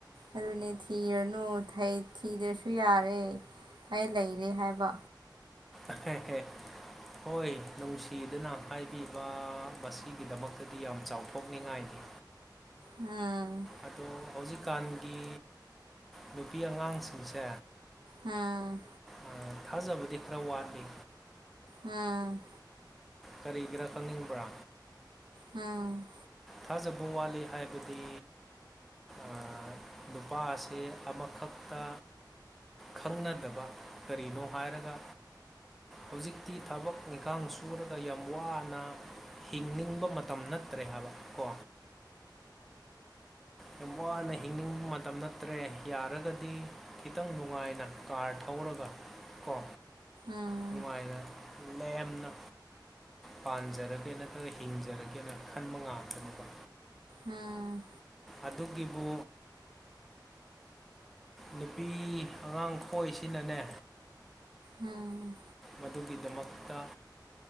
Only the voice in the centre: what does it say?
ꯑꯍꯦꯍꯦ ꯍꯣꯏ ꯅꯨꯡꯁꯤꯗꯅ ꯍꯥꯏꯕꯤꯕ ꯃꯁꯤꯒꯤꯗꯃꯛꯇꯗꯤ ꯌꯥꯝ ꯆꯥꯎꯊꯣꯛꯅꯤꯡꯉꯥꯏꯅꯤ
ꯑꯗꯣ ꯍꯧꯖꯤꯛꯀꯥꯟꯒꯤ ꯅꯨꯄꯤ ꯑꯉꯥꯡꯁꯤꯡꯁꯦ
ꯑ‌ ꯊꯥꯖꯕꯗꯤ ꯈꯔ ꯋꯥꯠꯂꯤ
ꯀꯔꯤꯒꯤꯔꯥ ꯈꯪꯅꯤꯡꯕ꯭ꯔꯥ
ꯊꯥꯖꯕ ꯋꯥꯠꯂꯤ ꯍꯥꯏꯕꯗꯤ ꯑꯥ ꯅꯨꯄꯥ ꯑꯁꯦ ꯑꯃꯈꯛꯇ ꯈꯪꯅꯗꯕ ꯀꯔꯤꯅꯣ ꯍꯥꯏꯔꯒ ꯍꯧꯖꯤꯛꯇꯤ ꯊꯕꯛ ꯏꯪꯈꯥꯡ ꯁꯨꯔꯒ ꯌꯥꯝ ꯋꯥꯅ ꯍꯤꯡꯅꯤꯡꯕ ꯃꯇꯝ ꯅꯠꯇ꯭ꯔꯦ ꯍꯥꯏꯕ ꯀꯣ ꯌꯥꯝ ꯋꯥꯅ ꯍꯤꯡꯅꯤꯡꯕ ꯃꯇꯝ ꯅꯠꯇ꯭ꯔꯦ ꯌꯥꯔꯒꯗꯤ ꯈꯤꯇꯪ ꯅꯨꯡꯉꯥꯏꯅ ꯀꯥꯔ ꯊꯧꯔꯒ ꯀꯣ
ꯅꯨꯡꯉꯥꯏꯅ ꯂꯦꯝꯅ ꯄꯥꯟꯖꯔꯒꯦ ꯅꯠꯇ꯭ꯔꯒ ꯍꯤꯡꯖꯔꯒꯦꯅ ꯈꯟꯕ ꯉꯥꯛꯇꯅꯦꯕ
ꯑꯗꯨꯒꯤꯕꯨ ꯅꯨꯄꯤ ꯑꯉꯥꯡ ꯈꯣꯏꯁꯤꯅꯅꯦ
ꯃꯗꯨꯒꯤꯗꯃꯛꯇ